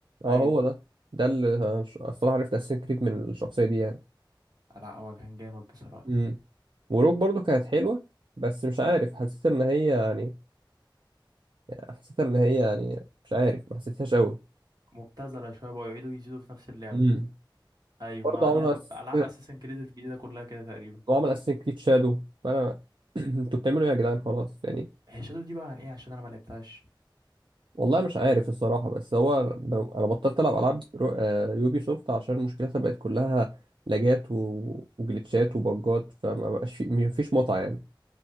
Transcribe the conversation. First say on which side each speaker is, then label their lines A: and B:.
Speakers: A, on the right; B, on the right.
A: اه
B: أيوه
A: هو ده ده اللي أنا ش- الصراحه عرفت اساسن كريد من الشخصيه دي يعني
B: لا هو كان جامد بصراحة
A: امم وروك برضو كانت حلوه بس مش عارف حسيت ان هي يعني حسيت ان هي يعني مش عارف ما حسيتهاش قوي
B: مبتذلة شوية بقوا يعيدوا يزيدوا في نفس اللعبة
A: امم
B: أيوه
A: برضه
B: ما
A: عملوا
B: هي ب-
A: أس...
B: ألعاب أساسا كريد الجديدة كلها كده تقريبا
A: وعمل اساسن كريد شادو فانا <clears throat> انتوا بتعملوا ايه يا جدعان خلاص يعني
B: هي شادو دي بقى عن إيه عشان أنا ملعبتهاش
A: والله مش عارف الصراحة بس هو أنا بطلت ألعب ألعاب رو... آه، يوبي سوفت عشان مشكلتها بقت كلها لاجات و- وجلitchات وبجات فما بقاش في مفيش متعة يعني